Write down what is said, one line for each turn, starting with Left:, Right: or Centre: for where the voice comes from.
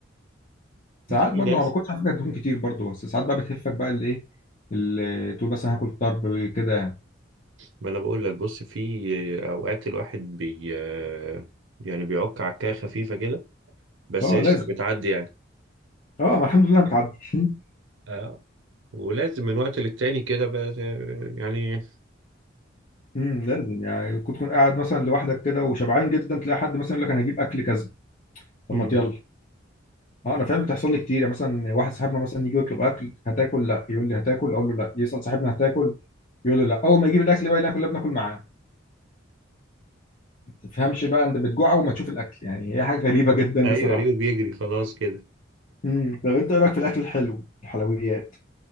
Left: ساعات
Right: في
Left: برضه
Right: ناس
Left: ما باكلش على فكره دهون كتير برضه بس ساعات بقى بتهفك بقى الايه ال- تقول مثلا هاكل طرب كده يعني
Right: ما انا بقول لك بص في اوقات الواحد بي آه، يعني بيعك عكايه خفيفه كده بس
Left: اه
Right: قشطه
Left: لازم
Right: بتعدي يعني
Left: اه ما الحمد لله بتعدي <laughs>
Right: اه ولازم من وقت للتاني كده بقى آه، يعني
Left: امم لازم يعني كنت تكون قاعد مثلا لوحدك كده وشبعان جدا تلاقي حد مثلا يقول لك انا هجيب اكل كذا طب
Right: مم.
Left: ما يلا اه انا فاهم بتحصل لي كتير يعني مثلا واحد صاحبنا مثلا يجي يطلب اكل هتاكل لا يقول لي هتاكل اقول له لا يسال صاحبنا هتاكل يقول له لا اول ما يجيب الاكل بقى اللي كلنا بناكل معاه ما تفهمش بقى انت بتجوع وما تشوف الاكل يعني هي حاجه غريبه جدا
Right: ايوه
Left: بصراحه
Right: ريو بيجري خلاص كده
Left: امم طب انت ايه رايك في الاكل الحلو الحلويات